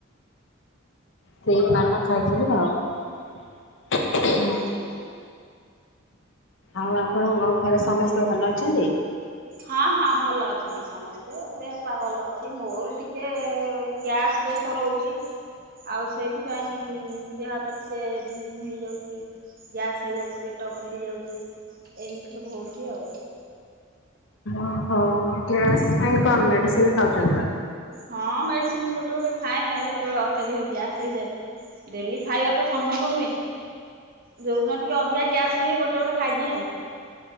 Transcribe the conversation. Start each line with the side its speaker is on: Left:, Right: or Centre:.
Left: ସେଇ ପାନ ଖାଇଥିନି ଆଉ।
Right: ହଁ।
Left: ଆଉ ଆପଣ ଙ୍ଗ ଘରେ ସମସ୍ତେ ଭଲ ଅଛନ୍ତି?
Right: ହଁ ହଁ ଭଲ ଅଛନ୍ତି ସମସ୍ତେ ଦେହପା ଭଲ ଅଛି ମୋର ଟିକେ ଗ୍ୟାସ ଦୋ ସ ରହୁଛି ଆଉ ସେଇଥିପାଇଁ ଦେହହାତ ଟିକେ ଝିମ୍ ଝିମ୍ ହେଇଯାଉଚି। ଗ୍ୟାସ୍ ହେଇଯାଉଚି ପେଟ ଫୁଲି ଯାଉଚି ଏମିତି ସବୁ ହେଉଚି ଆଉ।
Left: ଓହୋ ଗ୍ୟାସ୍ ପାଇଁ କଣ ମେଡ଼ିସିନ୍ ଖାଉଚନ୍ତି ବୋଧେ?
Right: ହଁ ମେଡ଼ିସିନ୍ ଗୋଟେ ଗୋଟେ ଖାଏ ଆଉ ଯେତେବେଳେ ଅତ୍ୟଧିକ ଗ୍ୟାସ୍ ହେଇଯାଏ। ଡେଲି ଖାଇବାତ ସମ୍ଭବ ନୁହେଁ। ଯଉଦିନ ଟିକେ ଅଧିକା ଗ୍ୟାସ୍ ହୁଏ ଗୋଟେ ଗୋଟେ ଖାଇଦିଏଁ ଆଉ।